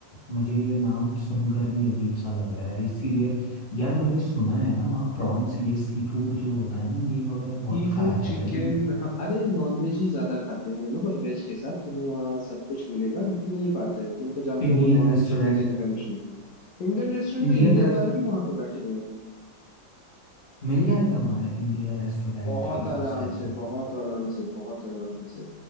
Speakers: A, on the left (about 35°); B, on the left (about 80°).
A: मुझे ये नाम सुनकर भी अजीब सा लग रहा है इसीलिए यार मैंने सुना है ना वहाँ प्रॉन्स ये सी फूड जो होता है ना ये वगैरह बहुत
B: सी फूड
A: खाया जाता
B: चिकन
A: है क्योंकि
B: हाँ अरे नॉनवेज ही ज्यादा खाते हैं वो लोग और वेज के साथ तुम्हें वहाँ सब कुछ मिलेगा लेकिन यही बात है तुम तो जानते
A: इंडियन
B: हो वो non
A: रेस्टोरेंट
B: vegetarian country Indian restaurant
A: इंडियन
B: तो इंडियन
A: रेस
B: वाले ही वहां पे बैठे हुए हैं
A: मिल जाएगा वहाँ इंडिया रेस्टोरेंट
B: बहुत आराम
A: इस टाइप
B: से
A: से
B: बहुत आराम से बहुत आराम से